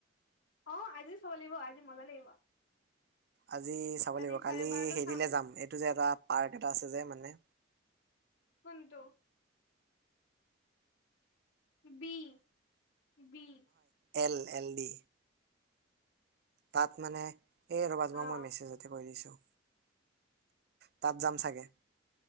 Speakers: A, on the left; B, on the right.
A: অ, আজি চাব লাগিব, আজি মজা লাগিব।
B: আজি চাব
A: আজি
B: লাগিব, কালি
A: চাৰে বাৰটো
B: হেৰিলে
A: চাম
B: যাম, এইটো যে এটা পাৰ্ট এটা আছে যে মানে।
A: কোনটো? B, B.
B: N, N, D. তাত মানে, এই ৰ'বা
A: অ
B: মই মেছেজতে কৈ দিছো। তাত যাম চাগে।